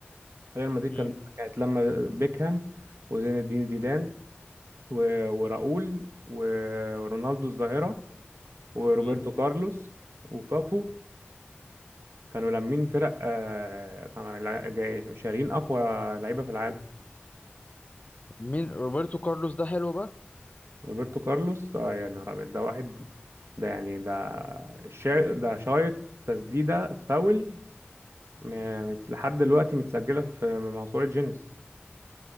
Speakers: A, on the right; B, on the left.
A: ريال مدريد
B: امم
A: كان كانت لما بيكهام وزين الدين زيدان و- وراؤول و- ورونالدو الظاهرة وروبرتو
B: امم
A: كارلوس وكافو كانوا لامين فرق آه، كانوا لع- جاي- شارين أقوى لعيبة في العالم
B: مين روبرتو كارلوس ده حلو بقى
A: روبرتو كارلوس اه يا نهار أبيض ده واحد ده يعني ده شا... ده شايط تسديدة فاول م- مت- لحد دلوقتي متسجلة في موسوعة جينيس